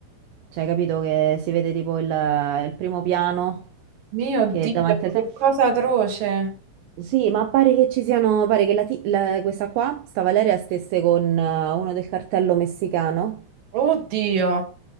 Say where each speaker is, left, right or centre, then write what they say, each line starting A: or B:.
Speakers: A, on the right; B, on the right.
A: Cioè, capito che si vede tipo il, il primo piano
B: Mio Dio,
A: che è davanti
B: che
A: al telefono
B: cosa atroce.
A: sì, ma pare che ci siano, pare che la ti- la- questa qua, sta Valeria, stesse con eh, uno del cartello messicano
B: Oddio.